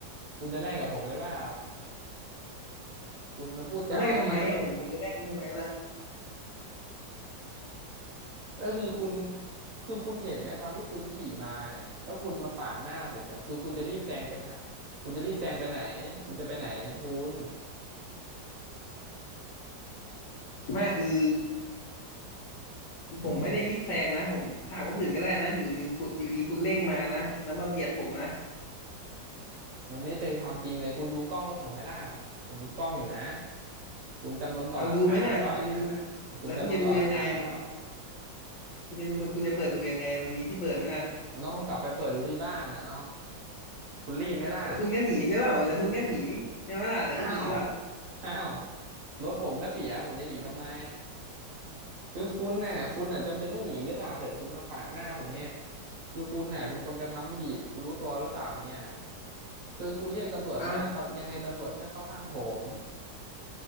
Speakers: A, on the right; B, on the left.
A: คุณจะแลกกับผมเลยเปล่าคุณพูดจาอย่างเงี้ยแล้ว
B: มันแรกทำไมอะผมผมจะแรกคุณทำไมล่ะ
A: ก็คือคุณคือคุณเห็นไหมตอนที่คุณขี่มาเนี่ยแล้วคุณมาปาดหน้าผมเนี่ยคือคุณจะรีบแซงไปค่ะคุณจะรีบแซงไปไหนคุณจะไปไหนของคุณ
B: ไม่คือผมไม่ได้รีบแซงนะผมถามคนอื่นก็ได้นะอยู่ดีคุณอยู่ดีคุณเร่งมานะแล้วมาเบียดผมนะ
A: มันไม่เป็นความจริงเลยคุณดูกล้องรถผมไหมล่ะผมมีกล้องอยู่นะคุณจำนวนต่อหลักฐานได้เปล่าอย่างนั้นน่ะเดี๋ยวคุณจำนวนต่อหลักฐานได้เปล่า
B: เอาดูไหมล่ะคุณจะดูแล้วคุณจะดูยังไงอะมันคุณจะดูคุณจะเปิดดูยังไงมันมีที่เปิดไหมล่ะ
A: มันต้องเอากลับไปเปิดดูที่บ้านนะเอาคุณรีบไหมล่ะ
B: แล้วคุณก็หนีหรือเปล่าแล้วคุณก็หนีใช่ไหมล่ะแต่ก็หนีหรอก
A: อ้าวอ้าวรถผมก็เสียผมจะหนีทำไมคือคุณน่ะคุณน่ะจำเป็นต้องหนีหรือเปล่าเถอะคุณมาปาดหน้าผมเนี่ยคือคุณน่ะเป็นคนกระทำผิดคุณรู้ตัวหรือเปล่าเนี่ยคือคุณเรียกตำรวจมาตำยังไงตำรวจก็เข้าข้างผม
B: เอา